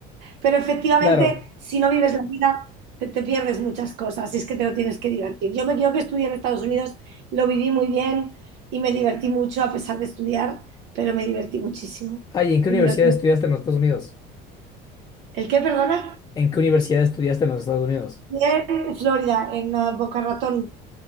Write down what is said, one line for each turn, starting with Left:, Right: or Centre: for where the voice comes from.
Right: Pero efectivamente,
Left: Claro.
Right: si no vives la vida, te, te pierdes muchas cosas y es que te lo tienes que divertir. Yo me yo que estudié en Estados Unidos, lo viví muy bien y me divertí mucho a pesar de estudiar, pero me divertí muchísimo.
Left: Ay, ¿en qué
Right: Coño,
Left: universidad estudiaste en los Estados Unidos?
Right: ¿El qué, perdona?
Left: ¿En qué universidad estudiaste en los Estados Unidos?
Right: Bien, En Florida, en ah, Boca Ratón,